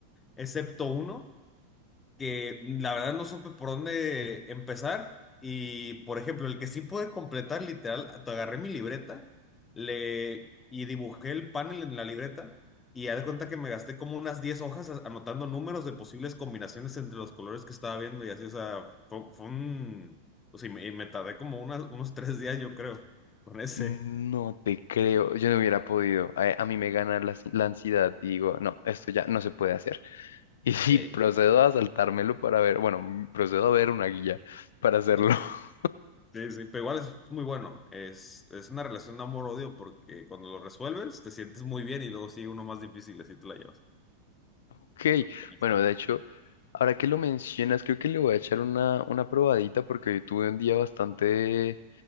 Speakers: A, on the left (about 20°); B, on the left (about 60°).
A: excepto uno. que la verdad no supe por dónde empezar. Y, por ejemplo, el que sí pude completar, literal, te agarré mi libreta le, y dibujé el panel en la libreta y haz de cuenta que me gasté como unas 10 hojas a- anotando números de posibles combinaciones entre los colores que estaba viendo y así, o sea, fue, fue un... O sea, y me, y me tardé como unas- unos tres días, yo creo, con ese.
B: No te creo, yo no hubiera podido. A, a mí me gana la, ansi- la ansiedad y digo, no, esto ya no se puede hacer. <laughs> Y, sí,
A: Ey,
B: procedo a saltármelo para ver, bueno, m- procedo a ver una guía para hacerlo.
A: ok.
B: <laughs>
A: Sí, sí, pero igual es muy bueno. Es, es una relación de amor-odio porque cuando lo resuelves te sientes muy bien y luego sigue uno más difícil, así te la llevas.
B: Ok,
A: Pero ahí está.
B: bueno, de hecho, ahora que lo mencionas, creo que le voy a echar una, una probadita porque hoy tuve un día bastante